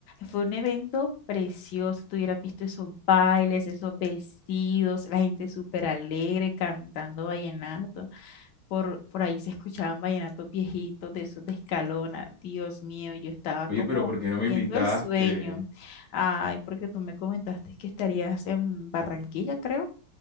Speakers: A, on the left; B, on the left.
A: Fue un evento precioso, tú hubieras visto esos bailes, esos vestidos, la gente súper alegre cantando vallenato. Por, por ahí se escuchaban vallenatos viejitos de esos de escalona. Dios mío, yo estaba
B: Oye,
A: como
B: pero ¿por qué no me
A: viendo
B: invitaste?
A: el sueño. Ay, porque tú me comentaste que estarías en Barranquilla, creo.